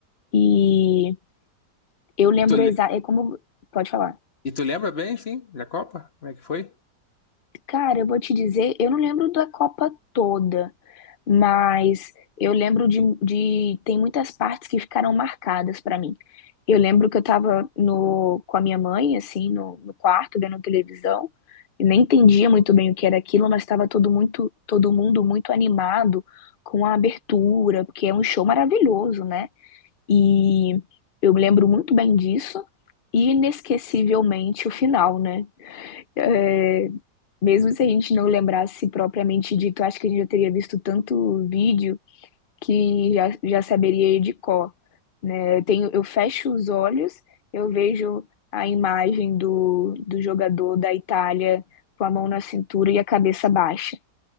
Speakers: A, on the left; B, on the left.
A: E eu lembro
B: E tu, le-
A: exato. É como. Pode falar.
B: e tu lembra bem, sim, da Copa? Como é que foi?
A: Cara, eu vou te dizer, eu não lembro da Copa toda, Mas eu lembro de, de tem muitas partes que ficaram marcadas pra mim. Eu lembro que eu tava no, com a minha mãe, assim, no, no quarto, vendo televisão, e nem entendia muito bem o que era aquilo, mas estava todo muito, todo mundo muito animado com a abertura, porque é um show maravilhoso, né? E eu me lembro muito bem disso, e inesquecivelmente o final, né? É, mesmo se a gente não lembrasse propriamente dito, acho que a gente já teria visto tanto vídeo que já, já saberia de cor, né? Eu tenho, eu fecho os olhos, eu vejo a imagem do, do jogador da Itália com a mão na cintura e a cabeça baixa.